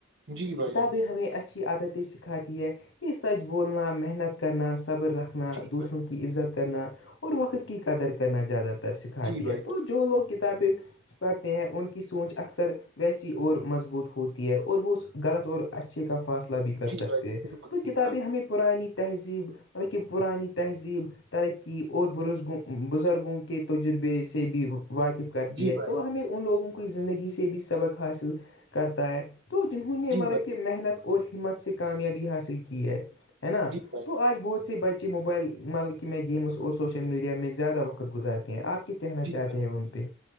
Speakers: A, on the right; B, on the left.
A: جی بھائی
B: کتابیں
A: جان
B: ہمیں اچھی عادتیں سکھاتی ہے یہ سچ بولنا محنت کرنا صبر رکھنا
A: جی
B: دوسروں
A: بھائی
B: کی عزت کرنا اور وقت کی قدر کرنا زیادہ تر سکھاتی
A: جی بھائی
B: ہے
A: جان
B: تو جو لوگ کتابیں پڑھتے ہیں ان کی سوچ اکثر ویسی اور مضبوط ہوتی ہے اور وہ اس غلط اور اچھے کا فاصلہ بھی کر
A: جی
B: سکتے
A: بھائی جان
B: ہیں
A: بالکل
B: تو کتابیں
A: ٹھیک ہے
B: ہمیں پررانی تہذیب مطب کہ پررانی تہذیب ترقی اور برزگوں بزرگوں کے تجربے سے بھی واقف کرتی
A: جی
B: ہے
A: بھائی
B: تو
A: جان
B: ہمیں ان لوگوں کی زندگی سے بھی سبق حاصل کرتا ہے تو جنہوں نے
A: جی
B: ملب
A: بھائی
B: محنت اور ہمت سے کامیابی حاصل کی ہے ہے نا
A: جی
B: تو
A: بھائی
B: تو آج بہت سے بچے موبائل ملکی میں گیمس اور سوشل میڈیا میں زیادہ وقت گزارتے ہیں آپ کہنا
A: جی
B: چاہتے ہیں ان پہ